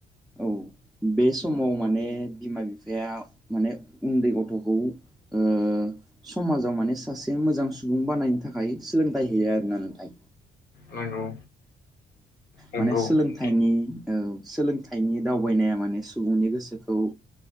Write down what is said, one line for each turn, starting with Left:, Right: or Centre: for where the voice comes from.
Centre: औ बे समाव माने बिमा बिफ फाया माने उन्दै गथ'खौ ओ समाजाव माने सासे मोजां सुबुं बानायनो थाखाय सोलों होयो आरोना नोंथां।
Left: नंगौ। नंगौ
Centre: माने सोलोंथाइनि
Left: नोंथां
Centre: ओ सोलोंथाइनि दावबायनाया माने सुबुंनि गोसोखौ ओ